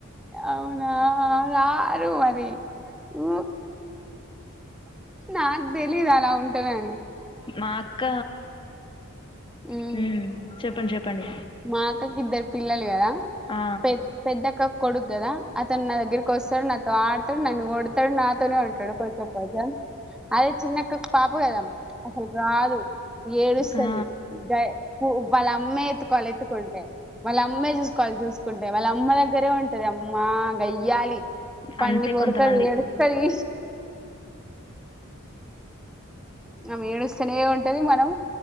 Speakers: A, in the centre; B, on the left (about 25°).
A: అవునా నా వరి ఓ నాకు తెలీదు అలా ఉంటానని
B: మా అక్క
A: మ్మ్
B: హ్మ్ చెప్పండి చెప్పం పండి
A: మా అక్కకి ఇద్దరు పిల్లలు కదా
B: ఆ!
A: పెద్ పెద్దక్క కొడుకు కదా అతను నా దగ్గర వస్తాడు నాతో ఆడతాడు నన్ను కొడతాడు నాతోనే ఉంటాడు కొంచెం కొం అదే చిన్నక్క పాప కదా అసలు రాదు ఏడుస్తది
B: ఆ!
A: ఊఉ వాళ్ల అమ్మే ఎ కొలెత్తుకుంటాయి వాళ్ళ అమ్మే చూసుకోలి చూసుకుంటాయి వాళ్ళ అమ్మ దగ్గరే ఉంటది అమ్మా గయ్యాలి పండి
B: అంతే
A: బొరుతుది
B: కొంతమంది.
A: ఏడుస్తది ఆమె ఏడుస్త స్తనే ఉంటది మనం